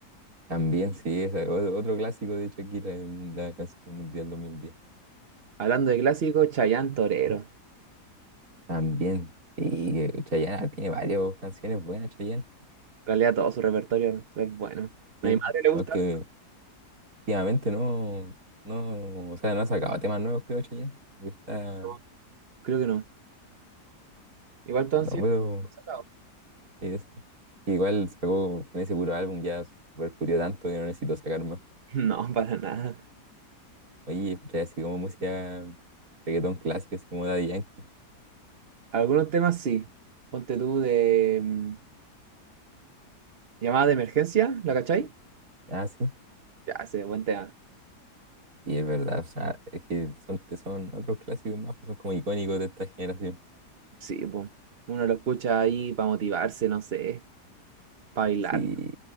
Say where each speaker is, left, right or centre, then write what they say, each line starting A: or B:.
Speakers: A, on the right; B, on the right.
A: También, sí, esa es otro, otro clásico de Shakira en la canción mundial dos mil diez
B: Hablando de clásicos, Chayanne Torero. En
A: También, sí, eh, Chayanne ah, tiene varias canciones buenas, Chayanne.
B: realidad todo su repertorio es bueno.
A: Sí,
B: ¿A mi madre le gusta?
A: aunque
B: harto?
A: últimamente no, no, o sea, no ha sacado temas nuevos, creo, Chayanne. porque Está,
B: No, creo que no. Igual todos han
A: no
B: sido
A: veo.
B: sacados. <laughs>
A: Y eso. Igual sacó con ese puro álbum, ya percutió tanto que no necesito sacar más.
B: No, para nada.
A: Oye, escuché así como música reggaetón clásico, así como Daddy Yankee.
B: Algunos temas sí. Ponte tú de mm, llamada de emergencia, ¿la cachai?
A: Ah, sí.
B: Ya, ese buen tema.
A: Y es verdad, o sea, es que son, te- son otros clásicos más, son como icónicos de esta generación.
B: Sí, pues. Uno lo escucha ahí para motivarse, no sé, para bailar.
A: Sí,